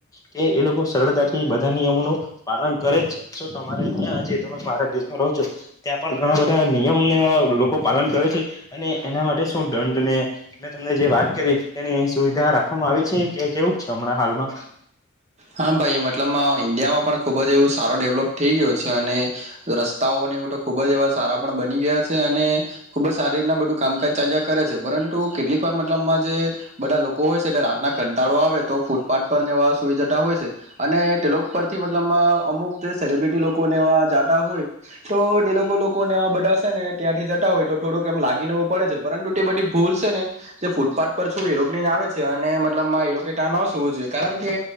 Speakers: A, on the left (about 15°); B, on the right (about 35°).
A: કે એ લોકો સરળતાથી બધા નિયમોનું પાલન કરે જ છે સો તમારે ક્યાં આજે ભારત દેશમાં રહો છો ત્યાં પણ ઘણા બધા નિયમ લોકો પાલન કરે છે અને એના માટે દંડ ને મેં તમને જે વાત કરી તેની સુવિધા રાખવામાં આવી છે કે કેવું છે હમણાં હાલમાં
B: હા ભાઈ મતલબમાં ઇન્ડિયામાં પણ ખુબ જ એવું સારો ડેવલોપ થઈ ગયો છે અને રસ્તાઓને એવું તો ખુબ જ એવા સારા પણ બની ગયા છે અને ખુબ જ સારી રીતના બધું કામકાજ ચાલ્યા કરે છે પરંતુ કેટલીક વાર મતલબમાં જે બધા લોકો હોય છે એટલે રાતના કંટાળો આવે તો ફૂટપાથ પર એવા સુવિ જટા હોય છે. અને તેલોક પરથી માં અમુક જે સેલિબ્રિટી લોકોને એવા જાતા હોય તો તે લોકો લોકોનેવા બધાશે ને. ત્યાંથી જતા હોય તો થોડુંકમ લાગીનેવું પડે પરંતુ તે બધ ભૂલ છે ને જે ફૂટપાથ પર છું એ લોક ની આ આવે છે અને મતલબમાં એ લોકો એ ત્યાં ન સૂવું જોઈએ કારણ કે